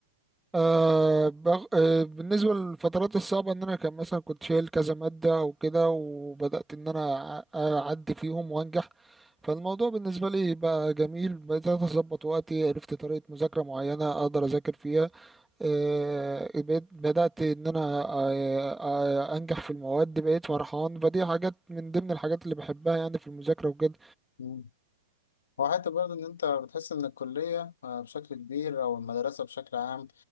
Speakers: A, in the centre; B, on the left.
A: أه بغ... أه بالنسبة للفترات الصعبة إن أنا كان مثلا كنت شايل كذا مادة أو كده وبدأت إن أنا أع- أعدي فيهم وأنجح فالموضوع بالنسبة لي بقى جميل بدأت أظبط وقتي عرفت طريقة مذاكرة معينة أقدر أذاكر فيها أه بقيت- بدأت إن أنا أه أه أنجح في المواد بقيت فرحان فدي حاجات من ضمن الحاجات اللي بحبها يعني في المذاكرة وكده
B: مم. هو حتى برضه إن أنت بتحس إن الكلية آه، بشكل كبير أو المدرسة بشكل عام